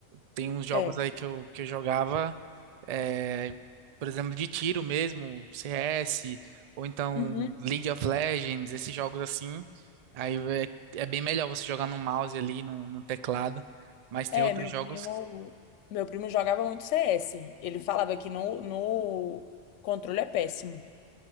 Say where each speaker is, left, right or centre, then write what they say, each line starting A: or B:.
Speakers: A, on the right; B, on the left.
A: Tem uns jogos
B: É.
A: aí que eu, que eu jogava. é, por exemplo, de tiro mesmo, CS, ou então
B: Uhum.
A: League of Legends, esses jogos assim. Aí é, é bem melhor você jogar no mouse ali, no, no teclado. Mas tem
B: É,
A: outros
B: meu
A: jogos.
B: primo. Meu primo jogava muito CS. Ele falava que no, no controle é péssimo.